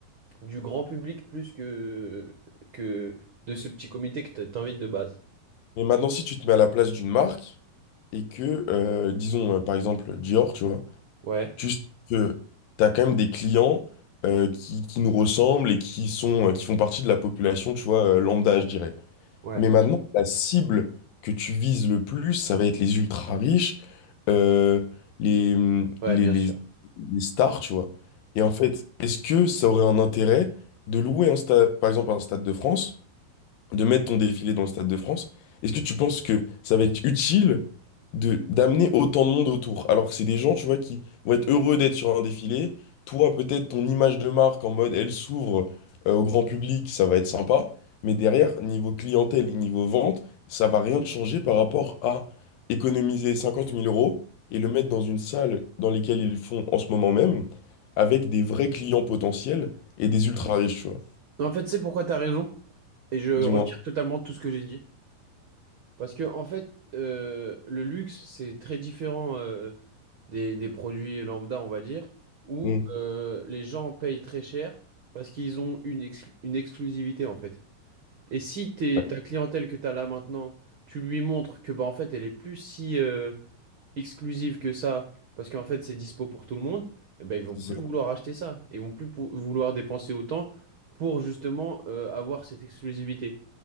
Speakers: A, on the right; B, on the left.
A: du grand public plus que que de ce petit comité que t- t'invites de base.
B: Mais maintenant, si tu te mets à la place d'une marque et que, euh, disons, euh, par exemple, Dior, tu vois,
A: Ouais,
B: Juste que tu as quand même des clients euh, qui, qui nous ressemblent et qui sont, euh, qui font partie de la population, tu vois, euh, lambda, je dirais.
A: ouais,
B: Mais maintenant, la cible que tu vises le plus, ça va être les ultra riches, euh, les,
A: ouais,
B: les,
A: bien
B: les,
A: sûr.
B: les stars, tu vois. Et en fait, est-ce que ça aurait un intérêt de louer un stade, par exemple un stade de France? de mettre ton défilé dans le Stade de France, est-ce que tu penses que ça va être utile de d'amener autant de monde autour? Alors que c'est des gens, tu vois, qui vont être heureux d'être sur un défilé. Toi, peut-être ton image de marque en mode elle s'ouvre euh, au grand public, ça va être sympa. Mais derrière, niveau clientèle et niveau vente, ça va rien te changer par rapport à économiser cinquante mille euros et le mettre dans une salle dans lesquelles ils le font en ce moment même, avec des vrais clients potentiels et des ultra riches, tu vois.
A: En fait, c'est pourquoi t'as raison et je
B: Dis-moi.
A: retire totalement tout ce que j'ai dit. Parce que en fait, euh, le luxe, c'est très différent euh, des, des produits lambda, on va dire, où
B: Mm.
A: euh, les gens payent très cher parce qu'ils ont une, exclu- une exclusivité, en fait. Et si t'es,
B: Ouais,
A: ta clientèle que tu as là maintenant, tu lui montres que bah, en fait, elle est plus si, euh, exclusive que ça, parce qu'en fait c'est dispo pour tout le monde, eh ben, ils vont
B: c'est
A: plus
B: ça.
A: vouloir acheter ça. Ils vont plus pou- vouloir dépenser autant pour justement euh, avoir cette exclusivité.